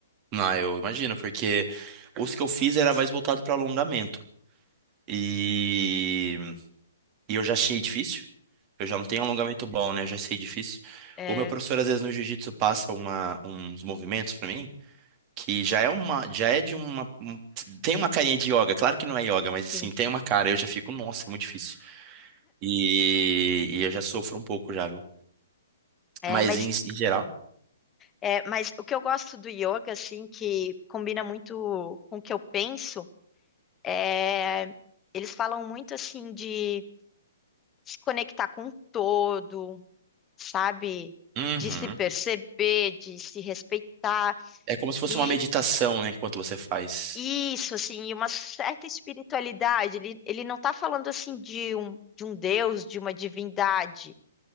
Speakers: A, on the right; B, on the left.
A: Não, eu imagino, porque os que eu fiz era mais voltado para alongamento. E... e eu já achei difícil. Eu já não tenho alongamento bom, né? Eu já sei difícil.
B: É,
A: O meu professor, às vezes, no jiu-jitsu passa uma... uns movimentos para mim, que já é uma. Já é de uma. um- Tem uma carinha de yoga. Claro que não é yoga, mas assim,
B: sim.
A: tem uma cara. Eu já fico, nossa, é muito difícil. E, e eu já sofro um pouco já, viu?
B: É,
A: Mas
B: mas,
A: em, em geral.
B: é, mas o que eu gosto do yoga, assim, que combina muito com o que eu penso, é, eles falam muito, assim, de se conectar com o todo, sabe?
A: Uhum.
B: De se perceber, de se respeitar.
A: É como se fosse
B: E
A: uma meditação, né, enquanto você faz.
B: isso, assim, e uma certa espiritualidade. Ele, ele não está falando, assim, de um, de um Deus, de uma divindade,